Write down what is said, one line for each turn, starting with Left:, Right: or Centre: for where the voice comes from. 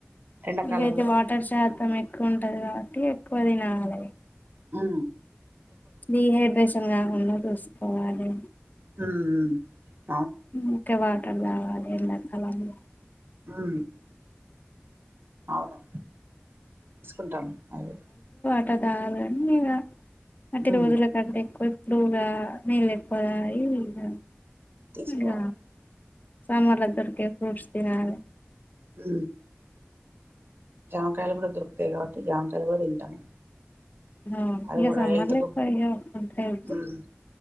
Right: ఎండాకాలంలో
Left: ఇదైతే వాటర్ శాతం ఎక్కువ ఉంటది కాబట్టి ఎక్కువ తినాల
Right: ఉ
Left: డిహైడ్రేషన్ గాకుండా చూసుకోవాలి
Right: హ హ
Left: ఇ క వాటర్ తాగాలి ఎండా కాలంలో
Right: ఉ అవును ఉంటాం అది
Left: <unintelligible> పట్టదన్నీ ఇ అటి
Right: ఉమ్
Left: రోజుల కంటే ఎక్కువ ఇప్పుడుగా నీళ్లు ఎక్కువ దాగి ఇక
Right: తీసుకోవాలి
Left: ఇక సమ్మర్ లొ దొరికే ఫ్రూట్స్ తినాలె
Right: హ జామకాయలు కూడా దొరుకుతాయి కాబట్టి జామకాయలు కూడా తింటాము
Left: ఆ
Right: అవి
Left: ఇక
Right: కూడా
Left: సమ్మర్
Right: హెల్త్
Left: లొ
Right: కు
Left: <unintelligible> ఇ అంత హతు
Right: ఉమ్